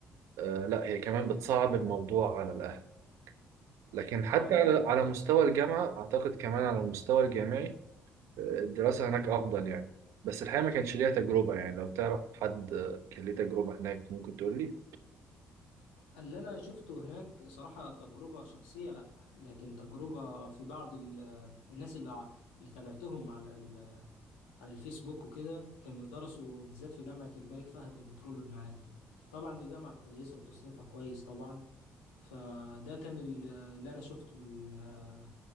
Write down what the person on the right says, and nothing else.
آه، لا هي كمان بتصعب الموضوع على الأهل لكن حتى
على على مستوى الجامعة أعتقد كمان على المستوى الجامعي آه، الدراسة هناك أفضل يعني بس الحقيقة ما كانش ليها تجربة يعني لو تعرف حد آه، كان ليه تجربة هناك ممكن تقول لي